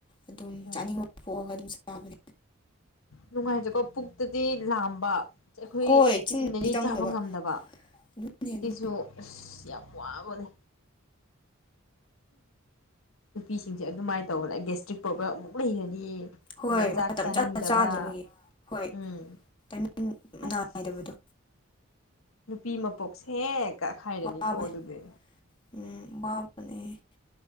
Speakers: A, on the left; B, on the left.
A: ꯑꯗꯨꯝ
B: ꯎꯝ
A: ꯆꯥꯅꯤꯡꯕ ꯄꯣꯛꯑꯒ ꯑꯗꯨꯝ ꯆꯕꯅꯦ
B: ꯅꯨꯡꯉꯥꯏꯇꯦꯀꯣ ꯄꯨꯛꯇꯗꯤ ꯂꯥꯝꯕ ꯑꯩꯈꯣꯏ
A: ꯍꯣꯏ ꯆꯤꯟꯗꯤ
B: ꯆꯤꯟꯗꯗꯤ
A: ꯆꯪꯗꯕ
B: ꯆꯥꯕ ꯉꯝꯗꯕ
A: ꯑꯗꯨꯅꯦ
B: ꯁꯤꯁꯨ
A: ꯑꯗꯨ
B: ꯑꯁ ꯌꯥꯝ ꯋꯥꯕꯅꯦ ꯅꯨꯄꯤꯁꯤꯡꯁꯦ ꯑꯗꯨꯃꯥꯏꯅ ꯇꯧꯕ ꯂꯩ ꯒꯦꯁꯇ꯭ꯔꯤꯛ ꯄ꯭ꯔꯣꯕ꯭ꯂꯦꯝ ꯑꯃꯨꯛ ꯂꯩꯔꯅꯤ
A: ꯍꯣꯏ
B: ꯑꯗꯨꯒ ꯆꯥꯛ
A: ꯃꯇꯝ
B: ꯆꯥꯅꯤꯡꯗꯕ
A: ꯆꯥꯅ ꯆꯥꯗ꯭ꯔꯕꯒꯤ ꯍꯣꯏ
B: ꯎꯝ
A: ꯇꯥꯏꯃꯤꯡ
B: ꯑꯁ
A: ꯅꯥꯢꯗꯕꯗꯣ
B: ꯅꯨꯄꯤ ꯃꯄꯣꯛꯁꯦ ꯀꯛꯈꯥꯏꯔꯅꯤꯀꯣ
A: ꯋꯥꯕꯅꯦ
B: ꯑꯗꯨꯗꯤ
A: ꯎꯝ ꯋꯥꯕꯅꯦ